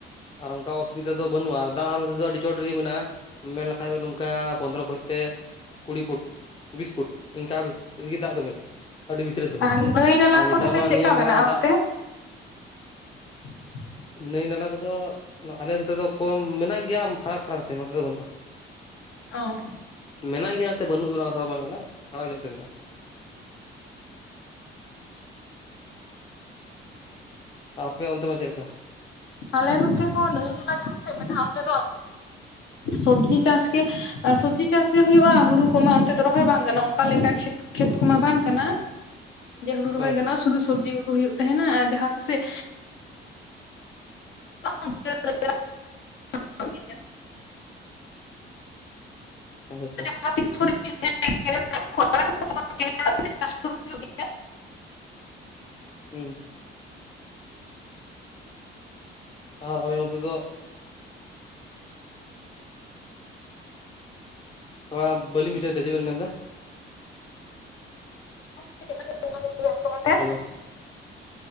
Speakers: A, on the left; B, on the left.
A: ᱟᱨ ᱚᱝᱠᱟ ᱚᱥᱩᱵᱤᱫᱟ ᱫᱚ ᱵᱟᱹᱱᱩᱜᱼᱟ ᱛᱟ ᱟᱨ ᱨᱮᱫᱚ ᱟᱹᱰᱤ ᱪᱚᱴ ᱨᱮᱜᱤ ᱢᱮᱱᱟᱜᱼᱟ ᱢᱮᱱ ᱞᱮᱠᱷᱟᱡ ᱱᱚᱝᱠᱟ ᱯᱚᱸᱫᱽᱨᱚ ᱠᱷᱚᱡᱛᱮ ᱠᱩᱲᱤ ᱯᱷᱩᱴ ᱵᱤᱥ ᱯᱷᱩᱴ ᱤᱱᱠᱟᱱ ᱨᱤᱜᱤ ᱫᱟᱜ ᱫᱚᱵᱮᱱ ᱟᱹᱰᱤ ᱵᱷᱤᱛᱤᱨ ᱨᱮ ᱫᱚᱦᱚᱸ
B: ᱟᱨ ᱱᱟᱹᱭ ᱱᱟᱞᱟ
A: ᱟ ᱧᱮᱛᱟᱨ
B: ᱠᱚ ᱛᱟᱦᱚᱞᱮ
A: ᱢᱟ
B: ᱪᱮᱫᱠᱟ
A: ᱱᱤᱭᱟᱹ
B: ᱢᱮᱱᱟᱜᱼᱟ
A: ᱢᱟᱦᱟᱜ
B: ᱚᱱᱛᱮ
A: ᱫᱟᱜ
B: <inaudible>
A: ᱱᱟᱹᱭ ᱱᱟᱞᱟ ᱠᱚᱫᱚ ᱟᱞᱮ ᱱᱚᱛᱮ ᱫᱚ ᱠᱚᱢ ᱢᱮᱱᱟᱜ ᱜᱮᱭᱟ ᱯᱷᱟᱨᱟᱠ ᱯᱷᱟᱨᱟᱠ ᱛᱮ ᱱᱚᱛᱮ ᱫᱚ ᱵᱟᱹᱱᱩᱜᱼᱟ <inaudible>
B: ᱚ
A: ᱢᱮᱱᱟᱜ ᱜᱮᱭᱟ ᱮᱱᱛᱮ ᱵᱟᱹᱱᱩᱜ ᱨᱮᱦᱚᱸ ᱵᱟᱝ ᱠᱟᱱᱟ ᱦᱚᱭ ᱜᱮ ᱚᱱᱛᱮ ᱢᱮᱱᱟᱜᱼᱟ ᱟᱯᱮ ᱚᱱᱛᱮ ᱢᱟ ᱪᱮᱜ ᱞᱮᱠᱟ
B: ᱟᱞᱮ ᱱᱚᱛᱮ ᱦᱚᱸ ᱱᱟᱹᱭ ᱱᱟᱞᱟ ᱡᱟᱦᱟᱸ ᱥᱮᱜ ᱢᱮᱱᱟᱜᱼᱟ ᱚᱱᱛᱮ ᱫᱚ ᱥᱚᱵᱡᱤ ᱪᱟᱥ ᱜᱮ ᱥᱚᱵᱡᱤ ᱪᱟᱥ ᱜᱮ ᱦᱩᱭᱩᱜᱼᱟ ᱦᱩᱲᱩ ᱠᱚᱢᱟ ᱚᱱᱛᱮ ᱫᱚ ᱨᱚᱦᱚᱭ ᱵᱟᱝ ᱜᱟᱱᱚᱜᱼᱟ ᱚᱝᱠᱟ ᱞᱮᱠᱟ ᱠᱷᱮᱛ ᱠᱷᱮᱛ ᱠᱚᱢᱟ ᱵᱟᱝ ᱠᱟᱱᱟ ᱡᱮ ᱦᱩᱲᱩ ᱨᱚᱦᱚᱭ
A: ᱦᱮᱸ
B: ᱜᱟᱱᱚᱜᱼᱟ ᱥᱩᱫᱩ ᱥᱚᱵᱡᱤ ᱠᱚᱜᱮ ᱦᱩᱭᱩᱜ ᱛᱮᱦᱮᱱᱟ ᱟᱨ ᱡᱟᱦᱟᱸ ᱠᱩᱥᱮᱜ <unintelligible> <unintelligible>
A: <unintelligible>
B: <unintelligible> ᱠᱚ ᱟᱲᱟᱜᱟ ᱛᱚᱠᱷᱚᱱ <unintelligible>
A: ᱦᱩᱸ ᱟᱨ ᱟᱞᱮ ᱚᱱᱛᱮ ᱫᱚ ᱛᱷᱚᱲᱟ ᱵᱟᱹᱞᱤᱧ ᱵᱩᱡᱷᱟᱹᱣ ᱫᱟ ᱪᱮᱜ ᱵᱮᱱ ᱢᱮᱱ ᱫᱟ
B: <unintelligible>
A: ᱦᱮᱞᱳ